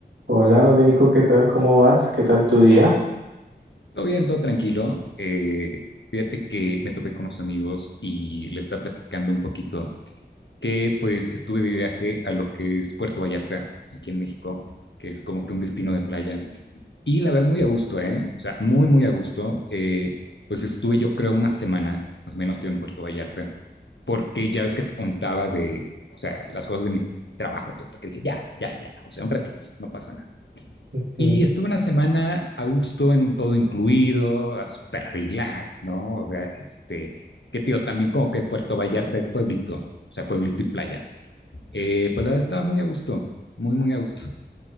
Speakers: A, on the right; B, on the left.
A: Hola Domenico, ¿qué tal? ¿Cómo vas? ¿Qué tal tu día?
B: Todo bien, todo tranquilo. Eh, fíjate que me topé con unos amigos y les estaba platicando un poquito que pues estuve de viaje a lo que es Puerto Vallarta, aquí en México, que es como que un destino de playa. Y la verdad, muy a gusto, ¿eh? O sea, muy, muy a gusto. Eh, pues estuve yo creo una semana, más o menos, estuve en Puerto Vallarta, porque ya ves que te contaba de, o sea, las cosas de mi trabajo, todo esto, que dije, ya, ya, ya, o sea, un ratito, no pasa nada.
A: Mm,
B: Y estuve una semana a gusto en un todo incluido, a súper relax, ¿no? O sea, este, que tío, también como que Puerto Vallarta es pueblito, o sea, pueblito y playa. Eh, pues la verdad estaba muy a gusto, muy, muy a gusto.